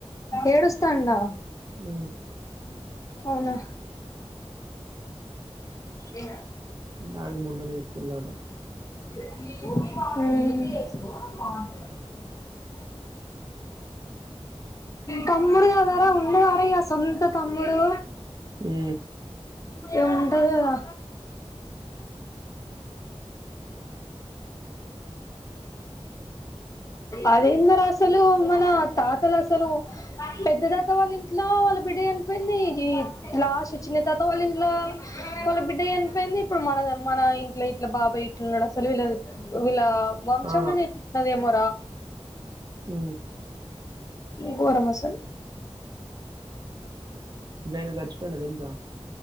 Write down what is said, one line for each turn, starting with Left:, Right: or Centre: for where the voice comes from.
Left: ఏడుస్తథాండా
Right: అ
Left: అవునా ఏ
Right: డాడీ మొన్ననే ఏడ్చిందట
Left: అ అ ఆ తమ్ముడుగాదారా ఉన్న వారా సొంత తమ్ముడు
Right: హ
Left: ఇగ ఉంటది కదా అదేంది రా అసలు మన తాతలు అసలు పెద్ద తాత వాళ్ళ ఇంట్లో వాళ్ళ బిడ్డ చనిపోయింది లాస్ట్ చిన్న తాత వాళ్ళ ఇంట్లో వాళ్ళ బిడ్డ చనిపోయింది ఇప్పుడు మన మన ఇంట్లో ఇట్లా బాబాయ్ ఇట్లు ఉన్నాడు అసలు వీలాదు వీళ్ళ వంశంలో
Right: ఆ!
Left: నేర్చస్తుదేమో
Right: హ
Left: గోరం అసల్
Right: గాయన సచ్చిపోయిండు తెలుసా